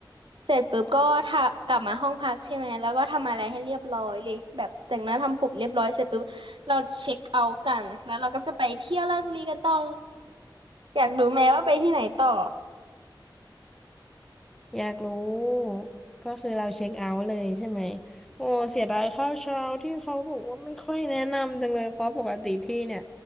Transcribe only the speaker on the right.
เสร็จปุ๊บก็ทากลับมาห้องพักใช่ไหมแล้วก็ทำอะไรให้เรียบร้อยเลยแบบแต่งหน้าทำผมเรียบร้อยเสร็จปุ๊บ เราจะเช็คเอาท์กันแล้วเราก็จะไปเที่ยวราชบุรีกันต่ออยากรู้ไหมว่าไปที่ไหนต่อ